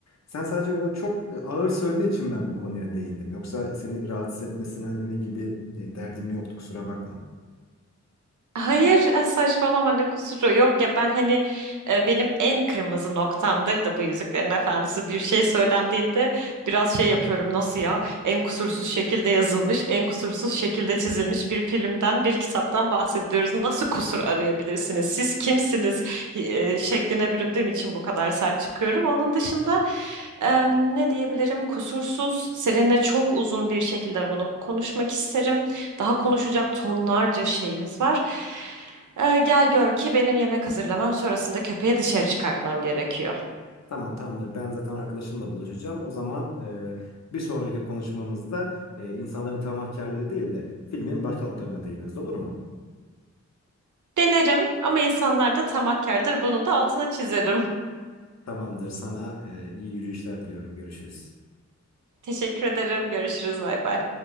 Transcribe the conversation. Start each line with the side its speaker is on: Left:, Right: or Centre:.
Left: sen sadece o çok e, ağır söylediğin için ben bu konuya değindim. Yoksa seni rahatsız etme, etmesinlendirme gibi e, derdim yoktu kusura bakma.
Right: Hayır e, saçmalama ne kusuru yok ya ben hani e, benim en kırmızı noktamdır da bu Yüzüklerin Efendisi bir şey söylendiğinde biraz şey yapıyorum nasıl ya en kusursuz şekilde yazılmış en kusursuz şekilde çizilmiş bir filmden bir kitaptan bahsediyoruz nasıl kusur arayabilirsiniz siz kimsiniz e, şekline büründüğüm için bu kadar sert çıkıyorum onun dışında e, ne diyebilirim kusursuz seninle çok uzun bir şekilde bunu konuşmak isterim. Daha konuşacak tonlarca şeyimiz var. Ee, gel gör ki benim yemek hazırlamam sonrasında köpeği dışarı çıkartmam gerekiyor.
Left: Tamam tamamdır. Ben zaten arkadaşımla buluşacağım. O zaman e, bir sonraki konuşmamızda e, insanların tamahkârlığı değil de filmin başka noktalarına değiniriz. Olur mu?
Right: Denerim ama insanlar da tamahkardır. Bunu da altına çizerim.
Left: Tamamdır. Sana e, iyi yürüyüşler diliyorum. Görüşürüz.
Right: Teşekkür ederim. Görüşürüz. Bay bay.